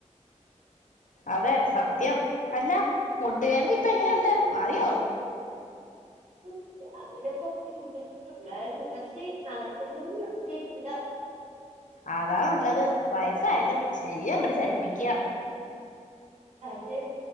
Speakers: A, on the left; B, on the right.
A: അതെ സത്യം അല്ല വേദന ഇപ്പ എങ്ങനെയുണ്ട് മാറിയോ?
B: ഉം രാവിലെ കുറച്ച് ബുദ്ധിമുട്ടുണ്ടായിരുന്നു പക്ഷെ നടക്കുന്നത് നിത്തിട്ടില്ല.
A: അതാ നല്ലത് വയസ്സായാലും ശരീരം അങ്ങട് ചലിപ്പിക്കുക.
B: അതെ